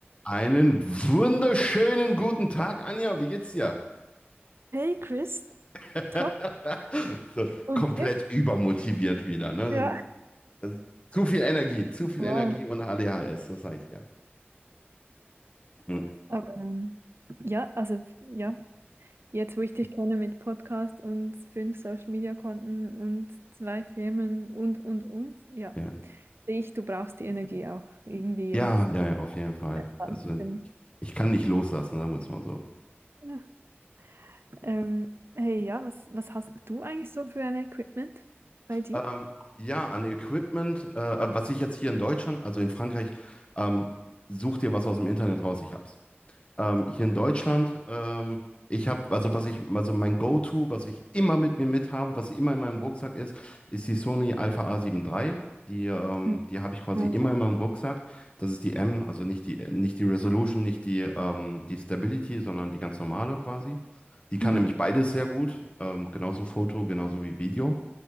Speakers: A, on the left; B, on the right.
A: Einen wunderschönen guten Tag, Anja. Wie geht's dir?
B: Hey Chris,
A: <laughs>
B: top.
A: So,
B: Und
A: komplett
B: dir?
A: übermotiviert wieder, ne?
B: Ja.
A: Das ist, das ist zu viel Energie, zu viel
B: Wow.
A: Energie und ADHS, das sag ich ja. Hm,
B: Aber ähm, ja, also ja, jetzt wo ich dich kenne mit Podcast und fünf Social Media Konten und zwei Firmen und und und, ja,
A: Ja.
B: sehe ich, du brauchst die Energie auch irgendwie
A: Ja,
B: und
A: ja,
B: du
A: ja, auf jeden Fall.
B: entspannen
A: Also,
B: zu können.
A: ich kann nicht loslassen, sagen wir es mal so.
B: Ja. Ähm, hey, ja, was, was hast du eigentlich so für ein Equipment bei dir?
A: Ähm, ja, an Equipment, äh, äh, was ich jetzt hier in Deutschland, also in Frankreich, ähm, such dir was aus dem Internet raus, ich hab's. Ähm, hier in Deutschland, ähm, ich habe, also was ich, also mein Go-To, was ich immer mit mir mit habe, was immer in meinem Rucksack ist, ist die Sony Alpha A7 III. Die, ähm,
B: Ja,
A: die habe ich quasi
B: ja.
A: immer in meinem Rucksack. Das ist die M, also nicht die, nicht die Resolution, nicht die, ähm, die Stability, sondern die ganz normale quasi. Die kann
B: Mhm,
A: nämlich beides sehr gut, ähm, genauso Foto, genauso wie Video.